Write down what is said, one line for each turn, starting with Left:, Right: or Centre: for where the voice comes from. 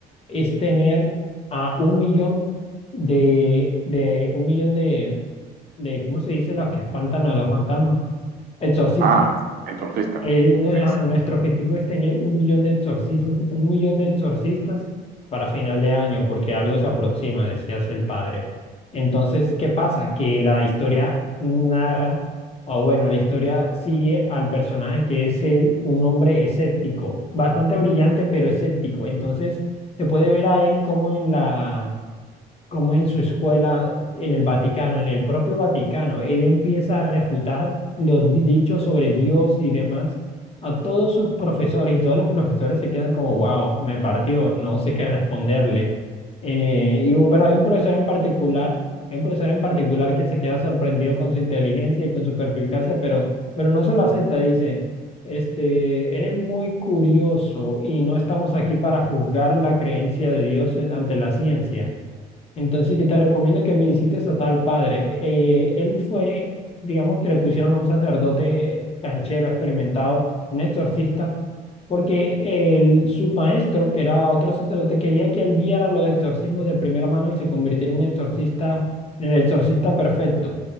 Left: es tener a un millón de, de un millón de, de, ¿cómo se dice? Los que espantan a los fantasmas. Exorcistas.
Right: Ah, exorcista.
Left: El- ajá,
Right: Sí, sí,
Left: nuestro objetivo es tener un millón de exorcismos, un millón de exorcistas para final de año, porque algo se aproxima, decía así el padre. Entonces, ¿qué pasa? Que la historia narra, o bueno, la historia sigue al personaje que es él, un hombre escéptico, bastante brillante, pero escéptico. Entonces, se puede ver a él como en la como en su escuela, en el Vaticano, en el propio Vaticano, él empieza a refutar los di- dichos sobre Dios y demás a todos sus profesores y todos los profesores se quedan como, wow, me partió, no sé qué responderle. Eh, y, hu- pero hay un profesor en particular, hay un profesor en particular que se queda sorprendido con su inteligencia y con su perspicacia, pero, pero no se lo acepta, dice. Este, eres muy curioso y no estamos aquí para juzgar la creencia de Dios en- ante la ciencia. Entonces yo te recomiendo que visites a tal padre. Eh, él fue, digamos que le pusieron a un sacerdote canchero, experimentado, un exorcista, porque el- su maestro, que era otro sacerdote, quería que él viera los exorcismos de primera mano y se convirtiera en un exorcista, en el exorcista perfecto.